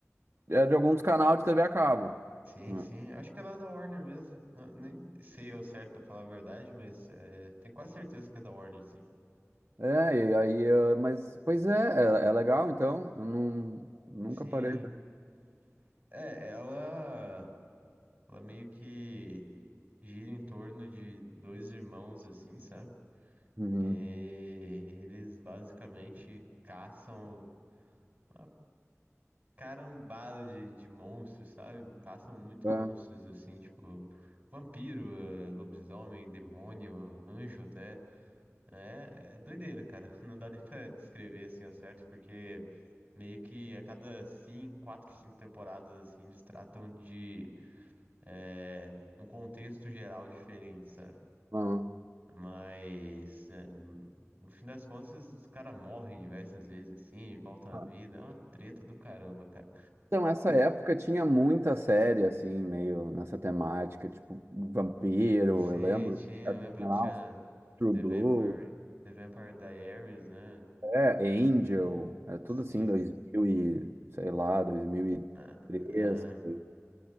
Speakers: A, on the right; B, on the right.
A: Era de algum dos canais de TV a cabo.
B: Sim,
A: né?
B: sim. Acho que ela é da Warner mesmo. Não- nem sei ao certo pra falar a verdade, mas é, tenho quase certeza que é da Warner, sim.
A: É, e aí, eh, mas, pois é, é, é legal, então, eu não, nunca
B: Sim.
A: parei.
B: É, ela, ela meio que gira em torno de dois irmãos, assim, sabe?
A: Uhum.
B: E eles basicamente caçam. ah, carambada de, de monstros, sabe? Caçam muito
A: É,
B: monstros, assim, tipo, vampiro, eh, lobisomem, demônio, anjo até. É, é doideira, cara. <laughs> Não dá nem pra descrever, assim, ao certo, porque meio que a cada cinco, quatro, cinco temporadas, assim, eles tratam de eh, um contexto geral diferente, sabe?
A: Uhum.
B: Mas, eh, no no fim das contas, os caras morrem diversas vezes, assim, e voltam à
A: ah.
B: vida. É uma treta do caramba, cara.
A: Então, essa época tinha muita série, assim, meio nessa temática, tipo Vampiro,
B: Sim,
A: eu lembro,
B: tinha,
A: sabe,
B: eu lembro,
A: tinha
B: tinha
A: lá uns True
B: The
A: Blood,
B: Vampire, The Vampire Diaries, né?
A: é, Angel, é tudo
B: Sim.
A: assim, 2000 e, sei lá, 2003,
B: Ah, ah,
A: por aí,